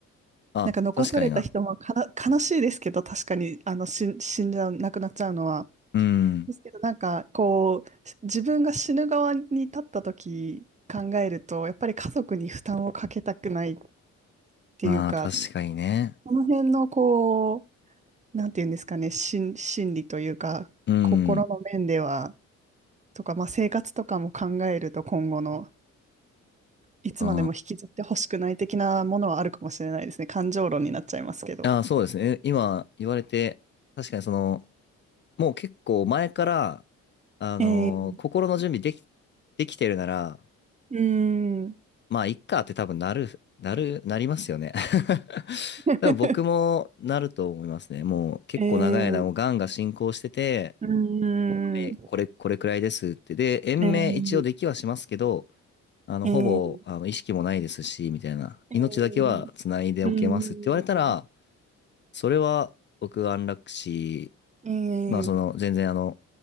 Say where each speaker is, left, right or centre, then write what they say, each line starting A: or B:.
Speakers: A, on the left; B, on the right.
A: あ、
B: なんか残された人もかな悲しいですけど、
A: 確かにな。
B: 確かにあの死ん死んじゃう、亡くなっちゃうのは。
A: うん。
B: ですけど、なんか、こう、自分が死ぬ側に立った時考えると、やっぱり家族に負担をかけたくないっていうか、
A: まあ、確かにね。
B: この辺の、こう、なんていうんですかね、心、心理というか、
A: うん。
B: 心の面では、とか、まあ、生活とかも考えると、今後の、いつまでも引きずってほしくない的なものはあるかもしれないですね。
A: あ
B: 感情論になっちゃいますけど。
A: あ。ああ、そうですね。え今言われて、確かにその、もう結構前から、あのー心の準備でき、
B: えー、
A: できてるなら、
B: うーん。
A: まあ、いっかって多分なる、なる、なりますよね。<laughs>
B: <laughs>
A: 多分僕もなると思いますね。もう結構長い間もうがんが進行してて、
B: えー、うーん。
A: えこれ、これくらいですって。で、延命一応できはしますけど、
B: えー、
A: あの、
B: えー、
A: ほぼ、あの、意識もないですし、みたいな。
B: えー
A: 命だけは繋いでおけますって言われたら、
B: うん。
A: それは僕安楽死、
B: ええ
A: まあその、全然あの、